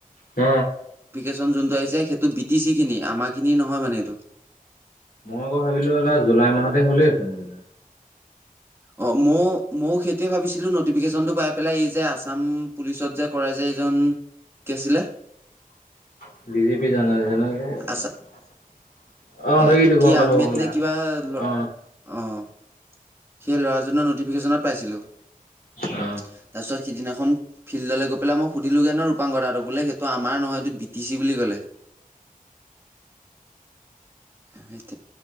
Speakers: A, on the left (about 80°); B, on the right (about 15°).
A: হ।
B: <unintelligible> আহিছে সেইটো বি টি চি খিনি আমাৰ খিনি নহয় মানে এইটো।
A: <unintelligible> ভাবিলো এটা জুলাই মাহতে হ'লেই <unintelligible>
B: অ মও ম ও সেইটোৱে ভাবিছিলো নটিফিকেশনটো পাই পেলাই এই যে আছাম পুলিচত কৰে যে এইজন কি আছিলে
A: <unintelligible>
B: আছা
A: অ সেইটো
B: এ কি
A: গম পালো
B: আহমেদ
A: গম পালো
B: নে কিবা ল
A: অ
B: অ'। সেই ল'ৰাজনৰ ন'টিফিকেশ্যনত পাইছিলোঁ,
A: অ
B: তাৰপিছত সিদিনাখন ফিল্ডলৈ গৈ পেলাই মই সুধিলোগে ন ৰূপাংকৰ <unintelligible> বোলে সেইটো আমাৰ নহয় এইটো বি টি চি বুলি ক'লে। হয়'।